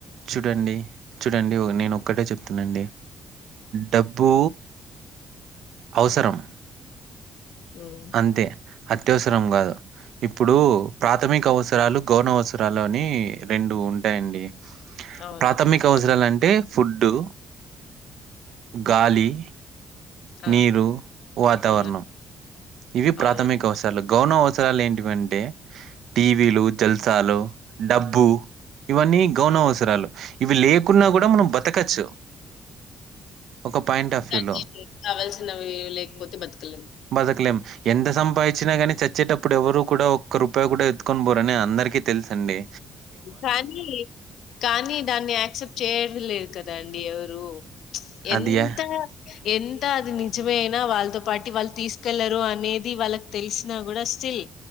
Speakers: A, on the right; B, on the left.
A: చూడండి చూడండి నేను ఒక్కటే చెప్తుానండి డబ్బు అవసరం
B: అనుకుంట
A: అంతే అత్యవసరం కాదు. ఇప్పుడు ప్రాథమిక అవసరాలు, గౌన అవసరాలు అని రెండు ఉంటాయండి.
B: అవునండి.
A: ప్రాథమిక అవసరాలంటే? ఫుడ్డు, గాలి
B: ఆ!
A: నీరు, వాతావరణం
B: హ్మ్.
A: ఇవి ప్రాథమిక
B: అవునండి.
A: అవసరాలు. గౌనం అవసరాలు ఏంటివింటే టీవీలు, జల్సాలు, డబ్బు ఇవన్నీ గౌన అవసరాలు ఇవి లేకున్నా కూడా మనం బతకచ్చు. ఒక పాయింట్ ఆఫ్
B: కన్నీరీలు
A: వ్యూలో.
B: కావాల్సినవి లేకపోతే బతుకలెం
A: బతకలేం. ఎంత సంపాదించినా గాని చచ్చేటప్పుడు ఎవరు కూడా ఒక్క రూపాయి కూడా ఎత్తుకొని పోరుని అందరికీ తెలుసఅండి.
B: కానీ కానీ దాన్ని యాక్సెప్ట్ చేయదిలేరు కదా అండి ఎవరు ప్చ్ ఎంత
A: అదియా
B: ఎంత అది నిజమే అయినా వాళ్ళతో పాటు వాళ్ళు తీసుకెళ్లరు అనేది వాళ్ళకి తెలిసినా కూడా స్టిల్